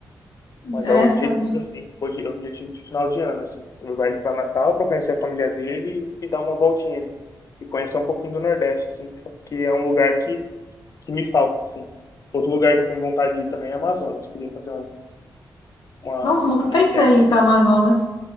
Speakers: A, on the left; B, on the left.
A: Interessante.
B: Mas é o objetivo, assim, hoje é o objetivo de final de ano, assim. Levar ele para Natal para conhecer a família dele e dar uma voltinha ali. E conhecer um pouquinho do Nordeste, assim, porque é um lugar que que me falta, assim. Outro lugar que eu tenho vontade de ir também é Amazonas. Queria fazer uma, uma,
A: Nossa, eu nunca pensei
B: uma viagem.
A: em ir para Amazonas.